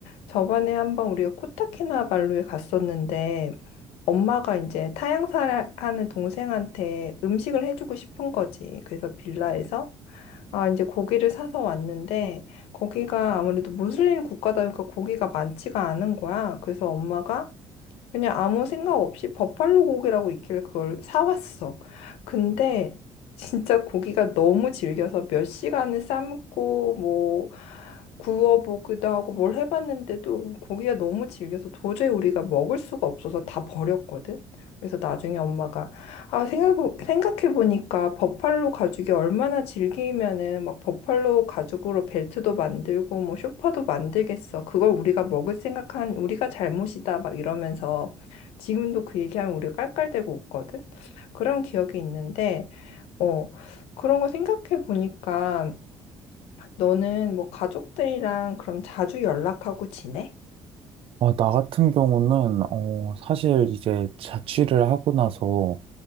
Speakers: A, on the left; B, on the right.
A: 저번에 한번 우리가 코타키나발루에 갔었는데 엄마가 이제 타향사를 하는 동생한테 음식을 해주고 싶은 거지. 그래서 빌라에서 아 이제 고기를 사서 왔는데 거기가 아무래도 무슬림 국가다 보니까 고기가 많지가 않은 거야. 그래서 엄마가 그냥 아무 생각 없이 버팔로 고기라고 있길래 그걸 사왔어. 근데 진짜 고기가 너무 질겨서 몇 시간을 삶고 뭐 구워보기도 하고 뭘 해봤는데도 고기가 너무 질겨서 도저히 우리가 먹을 수가 없어서 다 버렸거든. 그래서 나중에 엄마가 아, 생각, 생각해보니까 버팔로 가죽이 얼마나 질기면은 막 버팔로 가죽으로 벨트도 만들고 뭐 쇼파도 만들겠어. 그걸 우리가 먹을 생각한 우리가 잘못이다. 막 이러면서 지금도 그 얘기하면 우리가 깔깔대고 웃거든. 그런 기억이 있는데, 어, 그런 거 생각해보니까 너는 뭐 가족들이랑 그럼 자주 연락하고 지내?
B: 아, 나 같은 경우는, 어, 사실 이제 자취를 하고 나서